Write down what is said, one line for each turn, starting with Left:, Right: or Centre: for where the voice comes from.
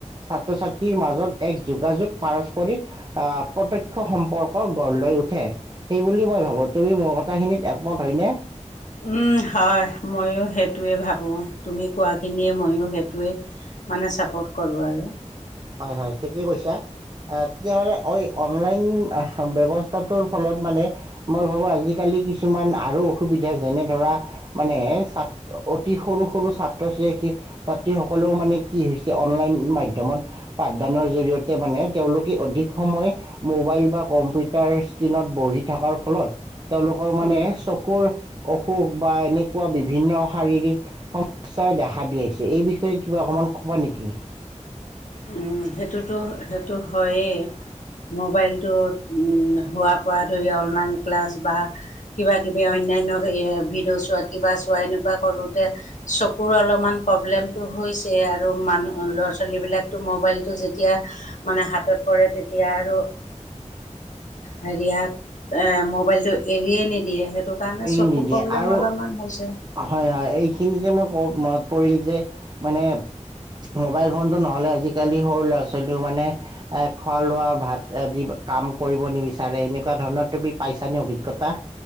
Right: ছাত্ৰ ছাত্ৰীৰ মাজত এক যোগাযোগ পাৰস্পৰিক আহ প্ৰত্ক্ষ সম্পৰ্ক গঢ় লৈ উঠে সেইব মই ভাবো তুমি মোৰ কথাখিনিত একমত হয়নে
Left: উম হয় ময়ো সেইটোৱে ভাবো তুমি কোৱাখিনিয়ে ময়ো সেইটোৱে মানে চাপৰ্ট কৰোঁ আৰু
Right: হয় হয় ঠিকেই কৈছা আহ তেতিয়াহলে অঐ অনলাইন ব্য্ৱস্থাটোৰ ফলত মানে মই ভাবো আজিকালি কিছুমান আৰু অসুবিধা যেনে ধৰা মানে অতি সৰু সৰু ছাত্ৰ ছ ছাত্ৰীসকলেও মানে কি হৈছে অনলাইন মাধ্যম পাঠদানৰ জৰিয়তে মানে তেওঁলোকে অধিক সময় মোবাইল বা কম্পিউটাৰ স্ক্ৰীণত বহি থকাৰ ফলত তেওঁলোকৰ মানে
Left: উম
Right: চকুৰ অসুখ বা এনেকুৱা বিভিন্ন শাৰীৰিক সমস্যাই দেখা দি আহিছে এই বিষয়ে কিবা অকমান কবা নেকি
Left: উম সেইটোতো সেইটো হয়েই মোবাইলটো হোৱাৰ পৰা ধৰি অনলাইন ক্লাছ বা কিবা কিবি অন্যান্য ভিডিঅ' চোৱা কিবা চোৱা এনেকুৱা কৰোঁতে চকুৰ অলপমান প্ৰব্লেমটো হৈছেই আৰু মানুহ ল'ৰা ছোৱালীবিলাকতো মোবাইল যেতিয়া মানে হাতত পৰে তেতিয়া আৰু হেৰিয়াত এ মোবাইলটো এৰিয়ে নিদিয়ে স সেইটো কাৰণে
Right: এই
Left: চকু
Right: নিদিয়ে
Left: প্ৰব্লেম
Right: আৰু
Left: অলপমান হৈছে
Right: হয় হয় এইখিনি যে মই ক ম পৰিল যে মানে মোবাইল ফোনতটো নহ'লে আজিকালি সৰু ল'ৰা ছোৱালীও মানে এ খোৱা লোৱা ভাত আদি কাম কৰিব নিবিচাৰে এনেকুৱা ধৰণৰ তুমি পাইছা নিে অভিজ্ঞতা